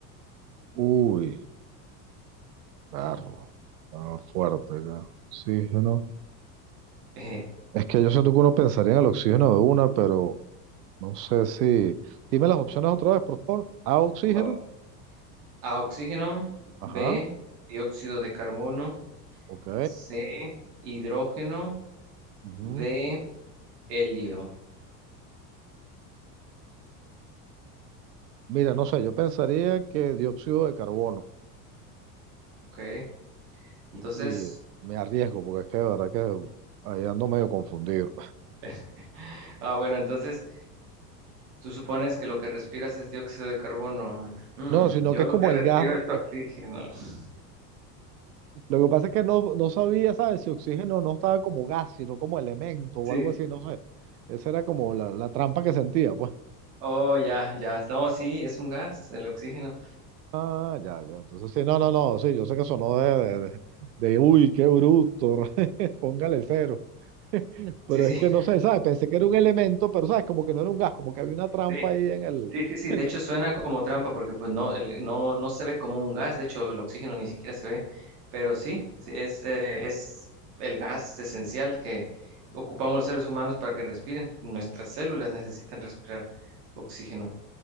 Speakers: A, on the right; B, on the right.
A: Uy. Barro. Ah, fuerte acá. Oxígeno.
B: Eh,
A: Es que yo siento que uno pensaría en el oxígeno de una, pero no sé si. Dime las opciones otra vez, por favor. A, oxígeno.
B: va- A, oxígeno. B,
A: Ajá.
B: dióxido de carbono.
A: Ok.
B: C, hidrógeno.
A: Ujú.
B: D, helio.
A: Mira, no sé, yo pensaría que dióxido de carbono.
B: Ok. Entonces,
A: Y me arriesgo, porque es que de verdad que ahí ando medio confundido.
B: <laughs> ah, bueno, entonces tú supones que lo que respiras es dióxido de carbono. Mm,
A: No, sino
B: yo
A: que es
B: lo
A: como
B: que respiro
A: el gas.
B: es oxígeno.
A: eh,
B: <laughs>
A: lo que pasa es que no, no sabía, ¿sabes? Si oxígeno no estaba como gas, sino como elemento o
B: Sí.
A: algo así, no sé. Esa era como la, la trampa que sentía, pues.
B: Oh, ya, ya. No, sí, es un gas, el oxígeno.
A: Ah, ya, ya. Entonces, sí, no, no, no, sí, yo sé que sonó de, de, de- de, uy, qué bruto, <laughs> póngale cero. <laughs> Pero
B: Sí, sí,
A: es que
B: <laughs>
A: no sé, ¿sabes? Pensé que era un elemento, pero ¿sabes? Como que no era un gas, como que había una trampa
B: sí.
A: ahí en el...
B: Sí, sí,
A: <laughs>
B: sí,
A: en
B: de hecho
A: la-
B: suena como trampa porque pues no, el- no, no se ve como un gas, de hecho el oxígeno ni siquiera se ve, pero sí, sí, es, eh, es el gas esencial que ocupamos los seres humanos para que respiren, nuestras células necesitan respirar oxígeno.